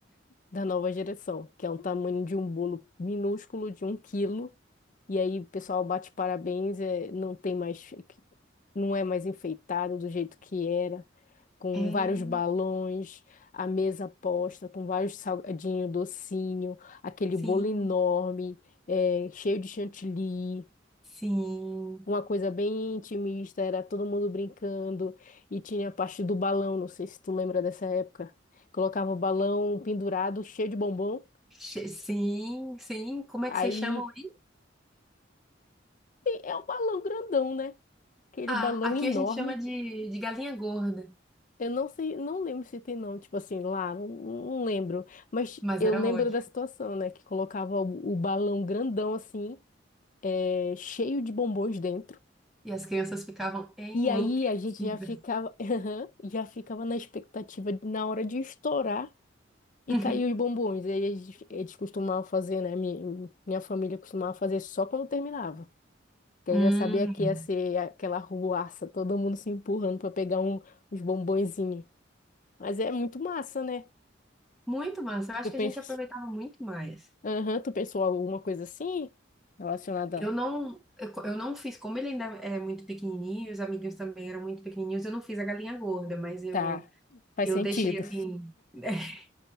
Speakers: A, on the left; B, in the centre.
A: da nova geração, que é um tamanho de um bolo minúsculo de um quilo. E aí o pessoal bate parabéns, é, não tem mais, não é mais enfeitado do jeito que era, com
B: É,
A: vários balões, a mesa posta, com vários salgadinho, docinho, aquele
B: sim,
A: bolo enorme, é, cheio de chantilly.
B: sim,
A: Uma coisa bem intimista, era todo mundo brincando e tinha a parte do balão, não sei se tu lembra dessa época. Colocava o balão pendurado, cheio de bombom.
B: Che- sim, sim. Como
A: Aí
B: é que vocês chamam? aí?
A: é um balão grandão, né? Aquele
B: Ah,
A: balão
B: aqui
A: enorme.
B: a gente chama de, de galinha gorda,
A: Eu não sei, não lembro se tem nome, tipo assim, lá, não, não lembro. Mas
B: mas
A: eu
B: era
A: lembro
B: ótimo.
A: da situação, né? Que colocava o, o balão grandão, assim, é, cheio de bombons dentro.
B: E as crianças ficavam enlouquecidas.
A: E aí a gente já ficava, <laughs> já ficava na expectativa de- na hora de estourar e
B: <laughs>
A: cair os bombons. Aí eles, eles costumavam fazer, né? Minha, minha família costumava fazer só quando terminava. Porque
B: Uhum.
A: aí já sabia que
B: Hum.
A: ia ser aquela ruaça, todo mundo se empurrando para pegar um, uns bombonzinhos. Mas é muito massa, né?
B: Muito massa. Eu acho
A: Eu
B: que
A: penso.
B: a gente aproveitava muito mais.
A: Aham, tu pensou alguma coisa assim? Relacionada.
B: Eu não, eu, co- eu não fiz, como ele ainda é muito pequenininho, os amiguinhos também eram muito pequenininhos, eu não fiz a galinha gorda, mas eu,
A: Tá, faz
B: eu
A: sentido.
B: deixei assim, <laughs>